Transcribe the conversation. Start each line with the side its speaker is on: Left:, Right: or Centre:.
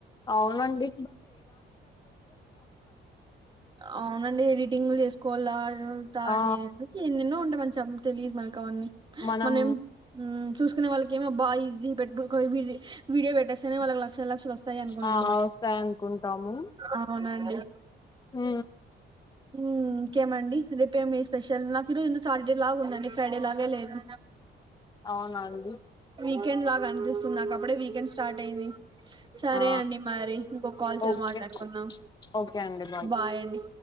Left: ఆవునండి
Right: ఆవునండి ఎడిటింగ్లు చేసుకోవాలారు థర్డ్
Left: ఆ
Right: ఏద్ ఎన్నెన్నొ మంచిగ తెలీదు మనకి అవన్నీ
Left: మనం
Right: మనేం మ్ చూసుకున్న వాళ్ళకి ఏమో బా ఈజీ పెట్టు వీడియో పెట్టేస్తేనే వాళ్ళకి లక్షల్ లక్షల్ వస్త వస్తాయి అనుకుంటాం
Left: ఆ
Right: మన
Left: వస్తాయనుకుంటాము
Right: అవునండి
Left: మ్
Right: మ్ ఇంకేమండి రేపే మీ స్పెషల్ నాకు ఈరోజ్ సాటర్డే లాగా ఉందండి ఫ్రైడే లాగే లేదు
Left: అవునా అండి
Right: వీకెండ్ లాగా అనిపిస్తుంది నాక్ అప్పుడే వీకెండ్ స్టార్ట్ అయింది సరే
Left: ఆ
Right: అండి మరి ఇంకొ కాల్ చే
Left: ఓకే
Right: మాట్లాడుకుందాం
Left: ఓకే అండి మ
Right: బాయండి